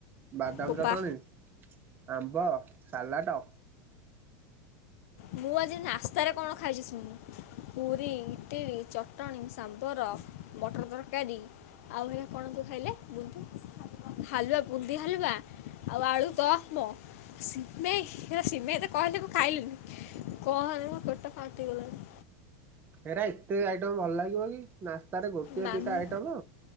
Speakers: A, on the right; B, on the left.
A: ବାଦାମ
B: ବୋପା
A: ଚଟଣୀ। ଆମ୍ବ ସଲାଟ।
B: ମୁଁ ଆଜି ନାସ୍ତାରେ କଣ ଖାଇଛି ଶୁଣୁ। ପୁରୀ ଇଟିଲ ଚଟଣି ସାମ୍ବର ମଟର ତରକାରୀ। ଆଉ ହେରା କଣ ତ ଖାଇଲେ ବୁନଦି ହାଲୁଆ ବୁନ୍ଦୀ ହାଲୁଆ। ଆଉ ଆଳୁ ଦମ ସିମେଇ ହେରା ସିମେଇ ଯେତେବେଳେ କହିଲେ ମୁଁ ଖାଇଲିନି। କହନି ମୋ ପେଟ ଫଟିିଗଲାଣି।
A: ହେରା ଏତେ ଆଇଟମ୍ ଭଲ ଲାଗିବ କି ନାସ୍ତାରେ ଗୋଟିଏ
B: ମାମୁଁ
A: ଦିଇଟା ଆଇଟମ୍।